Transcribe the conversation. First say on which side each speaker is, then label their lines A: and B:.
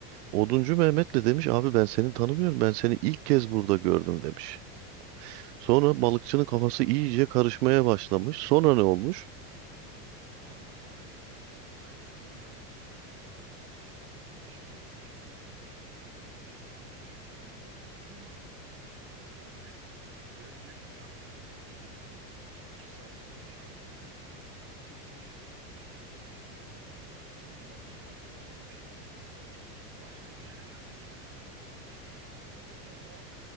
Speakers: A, on the right; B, on the right.
A: Oduncu Mehmet de demiş abi ben seni tanımıyorum. Ben seni ilk kez burada gördüm demiş. Sonra balıkçının kafası iyice karışmaya başlamış. Sonra ne olmuş?
B: Sonra balıkçı oradan ayrılmış yoluna devam etmiş. Gitmiş gitmiş gitmiş gitmiş bakmış ulan yol bitmiyor. Normalde ha- ya 20 dakikada gideceği yol 2 saat olmuş hala gidiyor. Gitmiş gitmiş gitmiş gitmiş. Ondan sonra bir bakmış başka bir yere gelmiş ya. Anlamış ki oho